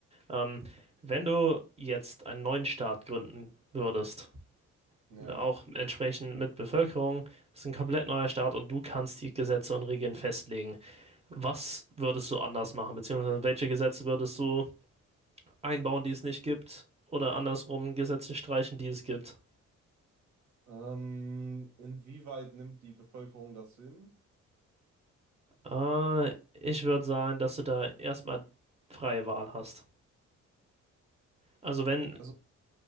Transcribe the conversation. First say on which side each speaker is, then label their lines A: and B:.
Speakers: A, on the right; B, on the right.
A: Ähm, wenn du jetzt einen neuen Staat gründen würdest,
B: Ja.
A: auch entsprechend mit Bevölkerung, das ist ein komplett neuer Staat und du kannst die Gesetze und Regeln festlegen. Was würdest du anders machen, beziehungsweise welche Gesetze würdest du einbauen, die es nicht gibt, oder andersrum Gesetze streichen, die es gibt.
B: Ähm, inwieweit nimmt die Bevölkerung das hin?
A: Äh, ich würde sagen, dass du da erstmal freie Wahl hast. Also wenn,
B: Also,